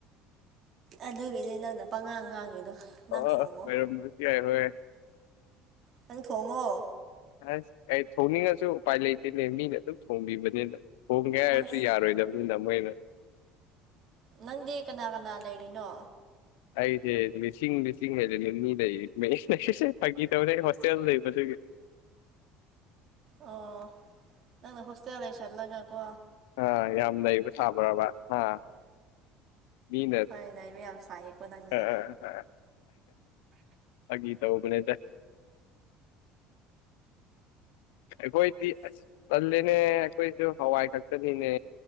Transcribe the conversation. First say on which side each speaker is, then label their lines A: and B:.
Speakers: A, on the right; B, on the left.
A: ꯑꯗꯨꯒꯤꯅꯦ ꯅꯪꯅ ꯄꯉꯥꯡ ꯉꯥꯡꯉꯤꯗꯣ ꯅꯪ
B: ꯑꯣꯢꯔꯝꯕꯁꯨ
A: ꯊꯣꯡꯉꯣ
B: ꯌꯥꯏ ꯍꯣꯏ
A: ꯅꯪ ꯊꯣꯡꯉꯣ
B: ꯑꯁ ꯑꯩ ꯊꯣꯡꯅꯤꯡꯉꯁꯨ ꯎꯄꯥꯏ ꯂꯩꯇꯦꯅꯦ ꯃꯤꯅ ꯑꯗꯨꯝ ꯊꯣꯡꯕꯤꯕꯅꯤꯅ ꯊꯣꯡꯒꯦ ꯍꯥꯏꯔꯁꯨ
A: ꯑꯁ
B: ꯌꯥꯔꯣꯏꯗꯕ ꯗꯕꯅꯤꯅ ꯃꯣꯏꯅ
A: ꯅꯪꯗꯤ ꯀꯅꯥ ꯀꯅꯥ ꯂꯩꯔꯤꯅꯣ
B: ꯑꯩꯁꯦ ꯂꯤꯁꯤꯡ ꯂꯤꯁꯤꯡ ꯍꯥꯏꯁꯦ ꯅꯤ ꯂꯩꯌꯦꯛꯁꯦ ꯐꯥꯒꯤ ꯇꯧꯔꯦ ꯍꯣꯁꯇꯦꯜ ꯂꯩꯕꯗꯨꯒꯤ
A: ꯑꯣ ꯅꯪꯅ ꯍꯣꯁꯇꯦꯜ ꯂꯩꯁꯤꯜꯂꯒꯀꯣ
B: ꯑꯥ ꯌꯥꯝ ꯅꯩꯕ ꯁꯥꯕ꯭ꯔꯕꯥ ꯍꯥ ꯃꯤꯅ
A: ꯍꯣꯏ ꯂꯩꯕ ꯌꯥꯝ ꯁꯥꯏꯌꯦꯀꯣ ꯅꯪꯁꯦ
B: ꯑꯥ ꯐꯥꯒꯤ ꯇꯧꯕꯅꯦꯗ ꯑꯩꯈꯣꯏꯗꯤ ꯑꯁ ꯄꯜꯂꯦꯅꯦ ꯑꯩꯈꯣꯏꯁꯨ ꯍꯋꯥꯏ ꯈꯛꯇꯅꯤꯅꯦ